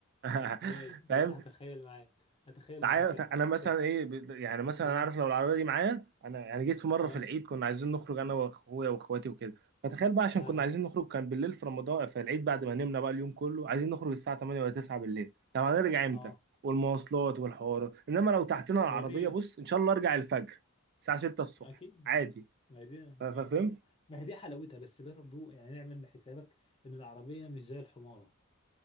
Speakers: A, on the left; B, on the right.
A: <laughs>
B: <laughs>
A: ماشي
B: فاهم
A: هتخيل معاك هتخيل
B: تعالى
A: معاك يعني
B: انا مثلا
A: بس
B: ايه ب- يعني مثلا
A: امم
B: انا عارف لو العربيه دي معايا انا يعني جيت في مره
A: اه
B: في العيد كنا عايزين نخرج انا واخويا واخواتي وكده فتخيل بقى عشان
A: اي
B: كنا عايزين نخرج كان بالليل في رمضان في العيد بعد ما نمنا بقى اليوم كله عايزين نخرج الساعه 8 ولا 9 بالليل طب هنرجع امتى
A: اه
B: والمواصلات والحوار انما لو تحتنا العربيه
A: ما هو دي
B: بص ان شاء الله ارجع الفجر الساعه 6 الصبح
A: اكيد
B: عادي
A: ما هي دي
B: ف- ففهمت
A: ما هي دي حلاوتها بس برضه يعني نعمل حسابك ان العربيه مش زي الحماره